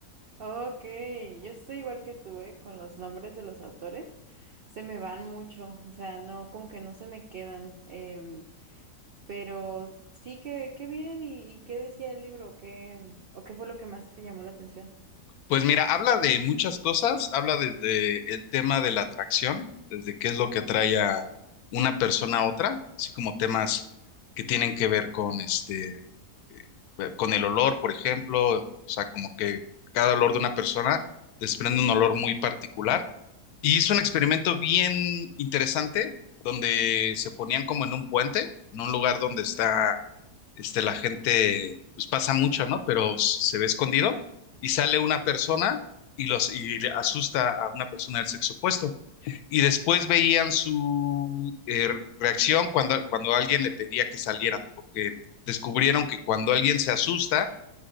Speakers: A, on the right; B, on the left.
A: Ok, yo estoy igual que tú, ¿eh? Con los nombres de los autores. Se me van mucho, o sea, no, como que no se me quedan. em, pero sí que, qué bien, ¿y, y qué decía el libro? ¿Qué, o qué fue lo que más te llamó la atención?
B: Pues mira, habla de muchas cosas, habla desde el tema de la atracción, desde qué es lo que atrae a una persona a otra, así como temas que tienen que ver con este eh, con el olor, por ejemplo, o sea, como que cada olor de una persona desprende un olor muy particular. Y hizo un experimento bien interesante donde se ponían como en un puente, en un lugar donde está, este, la gente, pues pasa mucho, ¿no? Pero s- se ve escondido y sale una persona y los y le asusta a una persona del sexo opuesto y después veían su eh, reacción cuando, cuando alguien le pedía que salieran, porque descubrieron que cuando alguien se asusta,